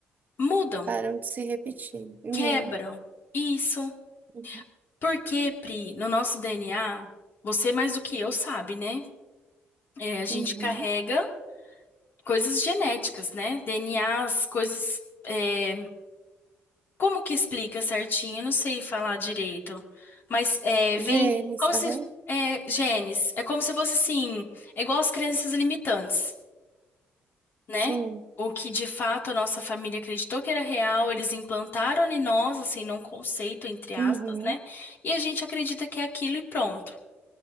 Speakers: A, on the left; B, on the right.
A: Mudam,
B: Param de se repetir. Uhum,
A: quebram. Isso.
B: uhum,
A: Porque, Pri, no nosso DNA, você mais do que eu sabe, né? É, a gente
B: uhum.
A: carrega coisas genéticas, né? DNAs, coisas é, Como que explica certinho? Eu não sei falar direito. Mas é, vem
B: Genes,
A: como se.
B: aham,
A: É, genes. É como se fosse assim. É igual as crenças limitantes, né?
B: Sim.
A: O que de fato a nossa família acreditou que era real, eles implantaram em nós, assim, num conceito, entre aspas,
B: Uhum.
A: né? E a gente acredita que é aquilo e pronto,